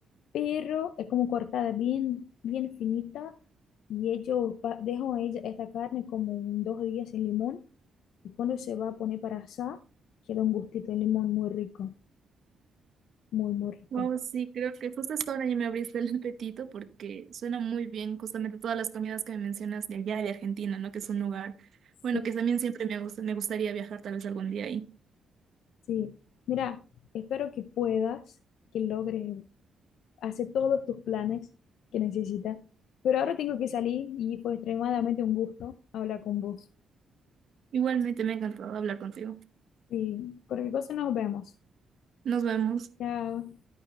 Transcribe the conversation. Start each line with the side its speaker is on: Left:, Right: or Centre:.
Left: pero es como cortada bien, bien finita y ellos pa- dejan ella, esta carne como un dos días sin limón Y cuando se va a poner para asar, queda un gustito de limón muy rico, muy, muy rico.
Right: Wow, sí, creo que justo hasta ahora ya me abriste el apetito porque suena muy bien justamente todas las comidas que me mencionas de allá, de Argentina, ¿no? Que es un lugar,
Left: Sí,
Right: bueno, que también siempre me gusta, me gustaría viajar tal vez algún día ahí.
Left: sí. Mira, espero que puedas, que logres hacer todos tus planes que necesitas. Pero ahora tengo que salir y fue extremadamente un gusto hablar con vos.
Right: Igualmente me ha encantado hablar contigo.
Left: Sí, por qué cosa nos vemos.
Right: Nos vemos.
Left: Chao.